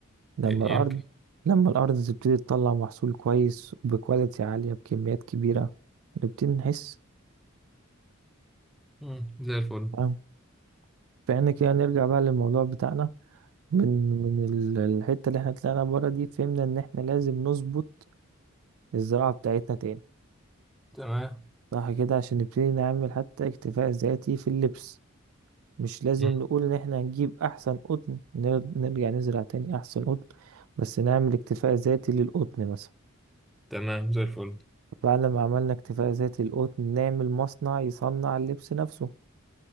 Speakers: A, on the right; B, in the centre.
A: لما
B: يمكن
A: الأرض لما الأرض تبتدي تطلع محصول كويس بكواليتي عالية بكميات كبيرة نبتدي نحس
B: مم. زي الفل
A: تمام فإحنا كده نرجع بقى للموضوع بتاعنا من من ال- الحتة اللي احنا طلعنا بره دي فهمنا إن احنا لازم نظبط الزراعة بتاعتنا تاني
B: تمام
A: صح كده عشان نبتدي نعمل حتى اكتفاء ذاتي في اللبس مش لازم
B: مم.
A: نقول ان احنا هنجيب احسن قطن نر- نرجع نزرع تاني احسن قطن بس نعمل اكتفاء ذاتي للقطن مثلا
B: تمام زي الفل
A: بعد ما عملنا اكتفاء ذاتي للقطن نعمل مصنع يصنع اللبس نفسه